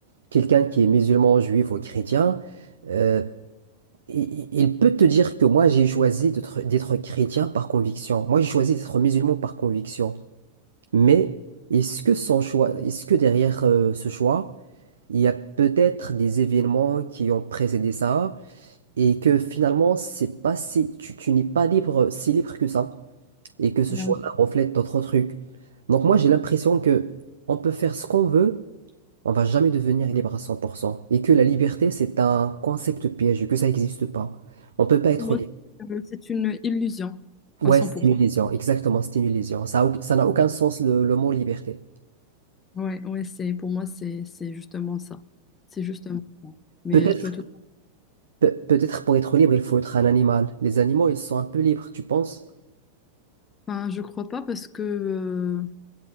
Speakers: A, on the right (about 65°); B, on the left (about 20°).
A: quelqu'un qui est musulman, juif ou chrétien, euh, il, il peut te dire que moi, j'ai choisi d'être d'être chrétien par conviction. Moi, j'ai choisi d'être musulman par conviction. Mais est-ce que son choix, est-ce que derrière euh, ce choix, il y a peut-être des événements qui ont précédé ça et que finalement, c'est pas si, tu, tu n'es pas libre, si libre que ça et que ce
B: Bien.
A: choix-là reflète d'autres trucs. Donc moi, j'ai l'impression que on peut faire ce qu'on veut, on va jamais devenir libre à 100% et que la liberté, c'est un concept piège, que ça n'existe pas. On peut pas être
B: Pour moi,
A: libre.
B: euh, c'est une illusion
A: Ouais,
B: à cent
A: c'est
B: pour
A: une
B: cent.
A: illusion, exactement, c'est une illusion. Ça, a au- ça n'a aucun sens le le mot liberté.
B: Ouais, ouais, c'est, pour moi, c'est, c'est justement ça. C'est justement ça. Mais
A: Peut-être
B: tu as tout...
A: Pe- peut-être pour être libre, il faut être un animal. Les animaux, ils sont un peu libres, tu penses?
B: Enfin, je crois pas parce que... euh,